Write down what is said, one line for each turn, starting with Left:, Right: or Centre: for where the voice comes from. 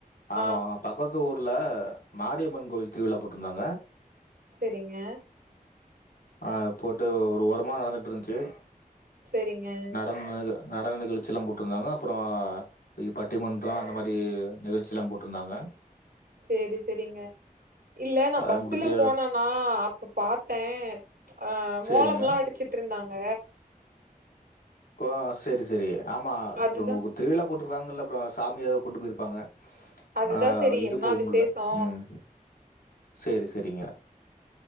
Left: ஆமா
Right: ஆ
Left: ஆமா பக்கத்து ஊர்ல மாரியம்மன் கோயில் திருவிழா போட்ருந்தாங்க
Right: சரிங்க
Left: அ போட்டு ஒரு ஓரமா நடந்துட்ருந்துச்சு
Right: சரிங்க
Left: ம் அது நடன நிகழ்ச்சி எல்லாம் போட்டுருந்தாங்க அப்புரோ இ பட்டிமன்றம் அந்த மாரி நிகழ்ச்சி எல்லா போட்ருந்தாங்க
Right: சேரி செரிங்க இல்ல நா
Left: அதெல்லாம்
Right: பஸ்ல
Left: முடிச்சு
Right: போனனா அப்ப பாத்த அ
Left: சரிங்க.
Right: மோளம் எல்லாம் அடிச்சிட்ருந்தாங்க
Left: கோ செரி செரி ஆமா
Right: அதுதா
Left: திருவிழா போட்டுற்தாங்கல்ல அப்றோ சாமி ஏதாது கொண்டு போயிருப்பாங்க
Right: அதுதா
Left: அ
Right: செரி
Left: இது
Right: என்னா
Left: போகும்ல
Right: விசேஷோ
Left: உம் சேரி செரிங்க